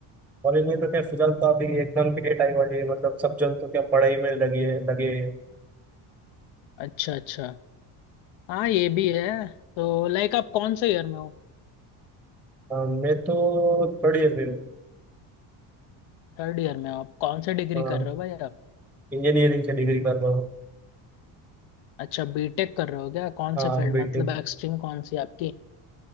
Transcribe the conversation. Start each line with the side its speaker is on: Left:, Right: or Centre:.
Centre: कॉलेज में तो क्या फिलहाल तो अभी एग्जाम की डेट आई वाली है मतलब सब जन तो क्या पढ़ाई में लगे हैं- लगे हैं।
Left: अच्छा अच्छा हाँ ये भी है तो लाइक आप कौन से ईयर में हो
Centre: हाँ, मैं तो थर्ड ईयर में हूँ
Left: थर्ड ईयर में हो आप कौन से डिग्री
Centre: हाँ
Left: कर रहे हो भाई आप
Centre: इंजीनियरिंग की डिग्री कर रहा हूँ
Left: अच्छा बीटेक कर रहे हो क्या कौन
Centre: हाँ
Left: से फील्ड
Centre: बीटेक
Left: मतलब एक्सट्रीम कौन सी आपकी